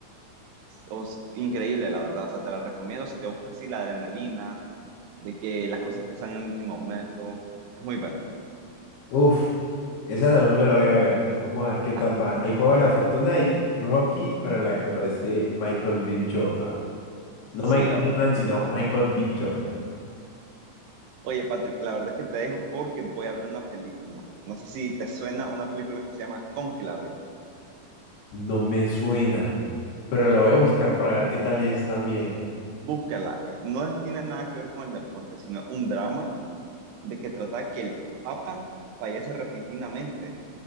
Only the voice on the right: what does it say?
O s- increíble, la verdad. O sea, te la recomiendo si te gusta así la adrenalina, de que las cosas pasan en último momento. Es muy bueno.
Ah,
sí,
la verdad
es que es muy
bueno.
Oye, Patrick, la verdad es que te dejo porque voy a ver una película. No sé si te suena una película que se llama Cónclave.
Búscala. Eh, No es- tiene nada que ver con el deporte, sino un drama de que trata que el Papa fallece repentinamente